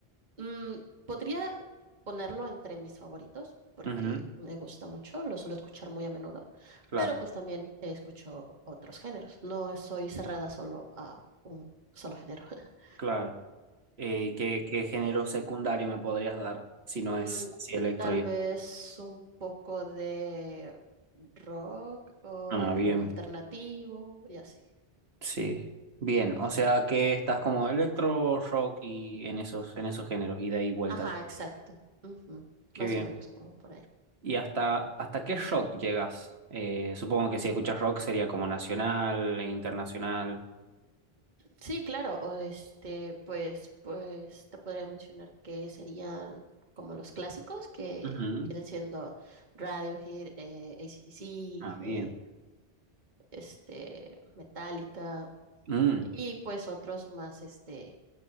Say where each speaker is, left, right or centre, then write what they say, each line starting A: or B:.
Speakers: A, on the right (about 45°); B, on the right (about 80°).
A: Mm, podría ponerlo entre mis favoritos porque
B: Ujú.
A: me gusta mucho, lo suelo escuchar muy a menudo,
B: Claro,
A: pero pues también eh, escucho otros géneros. No soy cerrada solo a un solo género. <laughs>
B: claro. Eh, ¿qué, qué género secundario me podrías dar si no es
A: Mm,
B: así electro
A: tal
B: y...
A: vez un poco de rock o
B: Ah,
A: rock
B: bien.
A: alternativo y así.
B: Sí, bien, o sea que estás como electro rock y en esos, en esos géneros, ida y vuelta.
A: Ajá, exacto. Ujú,
B: Qué
A: Más
B: bien.
A: o menos como por ahí.
B: ¿Y hasta, hasta qué rock llegas? Eh, supongo que si escuchas rock sería como nacional e internacional.
A: Sí, claro, o este, pues, pues te podría mencionar que serían como los clásicos que
B: Ujú.
A: vienen siendo Radiohead, eh, AC/DC,
B: Ah, bien.
A: eh, este, Metallica
B: Mm,
A: y pues otros más, este,